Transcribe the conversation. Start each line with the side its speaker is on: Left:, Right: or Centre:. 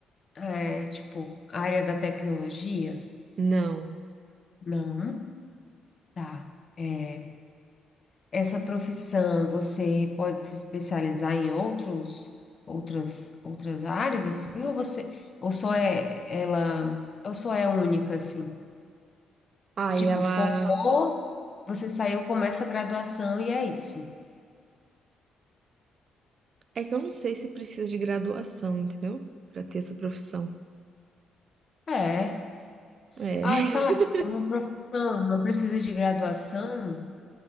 Left: é, tipo, a área da tecnologia?
Right: Não.
Left: Não, tá. É, essa profissão você pode se especializar em outros, outras, outras áreas, assim, ou você, ou só é ela, ou só é única, assim?
Right: Ai,
Left: Tipo,
Right: ela.
Left: focou, você saiu, começa a graduação e é isso.
Right: É que eu não sei se precisa de graduação, entendeu? Pra ter essa profissão.
Left: É.
Right: É.
Left: Ah,
Right: <laughs>
Left: tá. Uma profissão não precisa de graduação?